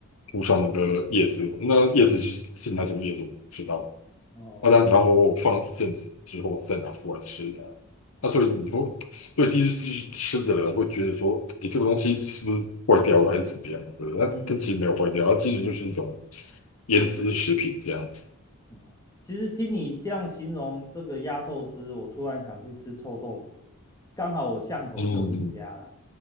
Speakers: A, on the left (about 75°); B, on the left (about 15°).
A: 铺上那个叶子。那叶子是是哪种叶子我不知道。
B: 哦，
A: 啊，然然后我放一阵子之后再拿出来吃的啊那所以你说，
B: 嗯
A: 对第一次吃的人会觉得说，诶，这个东西是不是坏掉了还是怎么样的？那这其实没有坏掉，
B: 嗯，
A: 它其实就是一种腌制食品这样子。
B: 哦其实听你这样形容这个压寿司，我突然想去吃臭豆腐了，刚好我巷口就有一家啦。
A: 嗯